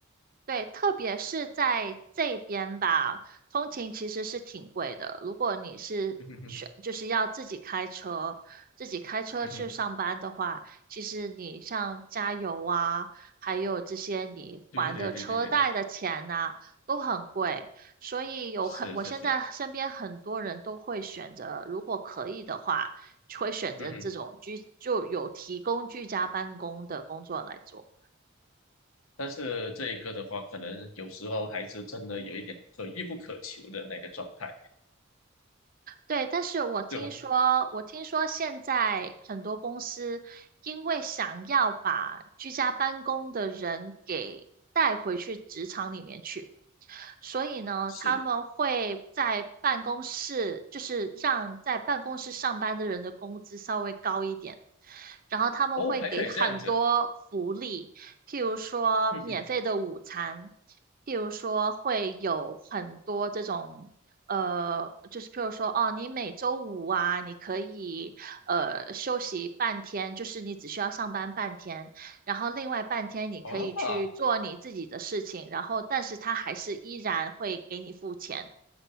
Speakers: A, on the right; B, on the left.
A: 对，特别是在这边吧，通勤其实是挺贵的。如果你是选，
B: 嗯哼哼，
A: 就是要自己开车，自己开车去上班的话，
B: 嗯哼，
A: 其实你像加油啊，还有这些你还的车贷的钱呐、
B: 对对对对对对，
A: 都很贵。所以有很，
B: 是是是，
A: 我现在身边很多人都会选择，如果可以的话，会选择这种居，
B: 嗯哼。
A: 就有提供居家办公的工作来做。
B: 但是这一个的话，可能有时候还是真的有一点可遇不可求的那个状态，
A: 对，但是我听说，
B: 对吧？
A: 我听说现在很多公司因为想要把居家办公的人给带回去职场里面去。所以呢，
B: 是
A: 他们会在办公室，就是让在办公室上班的人的工资稍微高一点，然后他们会给很多福利，
B: 哦，还可以这样子，
A: 譬如说免费的午餐，
B: 嗯哼，
A: 譬如说会有很多这种。呃，就是譬如说，哦，你每周五啊，你可以呃休息半天，就是你只需要上班半天，然后另外半天你可以去做你自己的事情，
B: 哇，
A: 然后但是他还是依然会给你付钱，